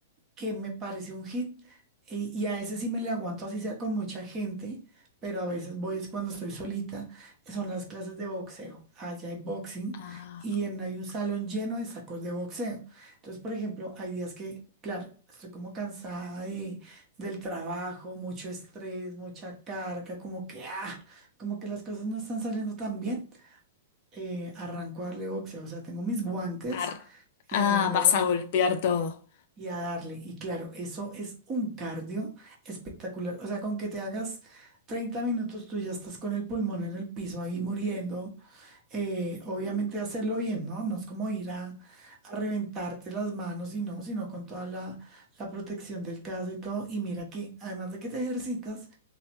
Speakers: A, on the right; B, on the left.
A: que me parece un hit y, y a ese sí me le aguanto así sea con mucha gente, pero a veces voy es cuando estoy solita, son las clases de boxeo. Allá hay boxing
B: Ah,
A: y en, hay un salón lleno de sacos de boxeo. Entonces, por ejemplo, hay días que, claro, estoy como cansada de, del trabajo, mucho estrés, mucha carga, como que, ah, como que las cosas no están saliendo tan bien. eh, arranco a darle boxeo, o sea, tengo mis guantes
B: ar-
A: eh,
B: ah,
A: de
B: vas
A: box
B: a golpear todo.
A: y a darle. Y claro, eso es un cardio espectacular. O sea, con que te hagas 30 minutos, tú ya estás con el pulmón en el piso ahí muriendo. Eh, obviamente hacerlo bien, ¿no? No es como ir a, a reventarte las manos y no, sino con toda la, la protección del caso y todo. Y mira que, además de que te ejercitas,